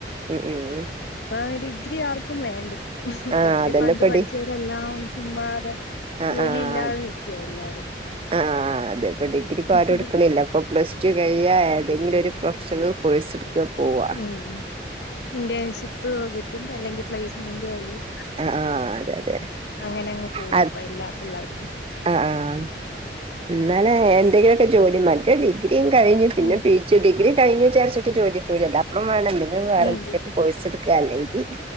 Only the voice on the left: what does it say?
ഇപ്പൊ ഡിഗ്രി ആർക്കും വേണ്ട ഇപ്പം
ഡിഗ്രി
പണ്ട്
പഠിച്ച എല്ലാം ചുമ്മാതെ
ജോലി
ഇല്ലാതെ നിൽക്കുവ എല്ലാരും
ഉം
ഉം ഉം ഇന്റേൺഷിപ്പ് കിട്ടും അല്ലെങ്കിൽ പ്ലേസ്മെന്റ് വഴിയും
അങ്ങനെ അങ്ങ് പോവ്വ
ഇപ്പ എല്ലാ പിള്ളാരും
ഉം
ഉം